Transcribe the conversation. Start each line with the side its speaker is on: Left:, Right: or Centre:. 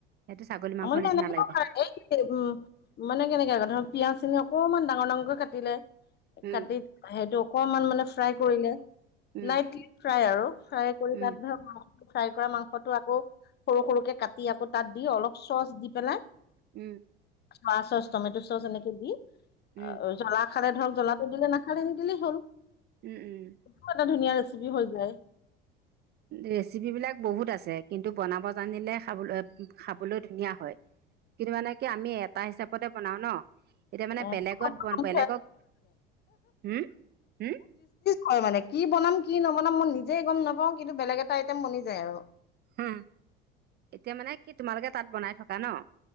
Right: সেইটো ছাগলী মাংসৰ
Left: <unintelligible>
Right: নিচিনা
Left: মানে কেনেকে
Right: লাগিব খাব
Left: ধৰ পিয়াঁজখিনি অকণমান ডাঙৰ ডাঙৰকে কাটিলে
Right: উম
Left: কাটি সেইটো অকমান মানে ফ্ৰাই কৰিলে।
Right: উম
Left: লাইটলি ফ্ৰাই আৰু ফ্ৰাই কৰি
Right: উম
Left: তাত ধৰ ফ্ৰাই কৰা মাংসটো আকৌ সৰু সৰুকে কাটি আকৌ তাত দি অলপ চচ দি পেলাই
Right: উম
Left: খোৱা চচ টমেট' চচ এনেকে দি
Right: উম
Left: জলা নাখালে ধৰক জ্বলাটো নাখালে নিদিলেই হ'ল।
Right: উম, উম।
Left: মানে ধুনীয়া ৰেচিপি হৈ যায়।
Right: ৰেচিপিবিলাক বহুত আছে কিন্তু বনাব জানিলে খাবলৈ খাবলৈ ধুনীয়া হয়। কিন্তু মানে কি আমি এটা হিচাপতে বনাও ন'। এতিয়া মানে
Left: অ'
Right: বেলেগত
Left: <unintelligible>
Right: বেলেগক হম হম
Left: হয় মানে কি বনাম কি নবনাম মই নিজে গম নাপাওঁ কিন্তু বেলেগ এটা আইটেম বনি যায় আৰু।
Right: হু, এতিয়া মানে কি তোমালোকে তাত বনাই থকা ন'?